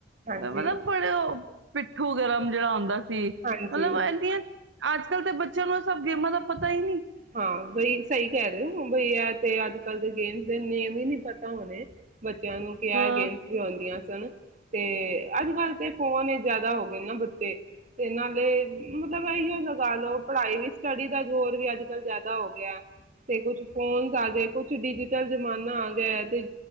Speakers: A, on the right; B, on the right.
A: ਹਾਂਜੀ,
B: ਮਤਲਬ ਬੜੇ ਉਹ ਪਿੱਠੂ ਗਰਮ ਜਿਹੜਾ ਆਉਂਦਾ ਤੇ
A: ਹਾਂਜੀ।
B: ਮਤਲਬ ਇਨੀਆ ਅੱਜ ਕੱਲ੍ਹ ਤੇ ਬੱਚਿਆਂ ਨੂੰ ਇਹ ਸਭ ਗੇਮਾਂ ਦਾ ਪਤਾ ਹੀ ਨਹੀਂ
A: ਹਾਂ ਬਈ ਸਹੀ ਕਹਿ ਰਹੇ ਹੋ ਬਈ ਤੇ ਅੱਜ ਕੱਲ ਦੇ ਗੇਮਸ ਦੇ ਨੇਮ ਹੀ ਨਹੀ ਪਤਾ ਹੋਣੇ ਬੱਚਿਆਂ ਨੂੰ ਕਿਹਾ
B: ਹਾਂ
A: ਗੇਮਸ ਵੀ ਹੁੰਦੀਆ ਤੇ ਅੱਜ ਕੱਲ ਤੇ ਫੋਨ ਜਿਆਦਾ ਹੋ ਗਏ ਨਾ ਬੱਚੇ ਤੇ ਨਾਲੇ ਮਤਲਬ ਇਹੀ ਲਗਾ ਲਓ ਪੜ੍ਹਾਈ ਵੀ ਸਟੱਡੀ ਦਾ ਜ਼ੋਰ ਵੀ ਅੱਜ ਕੱਲ ਜ਼ਿਆਦਾ ਹੋ ਗਿਆ ਤੇ ਕੁਛ ਫੋਨ ਆ ਗਏ ਕੁਛ ਡਿਜੀਟਲ ਜ਼ਮਾਨਾ ਆ ਗਿਆ ਤੇ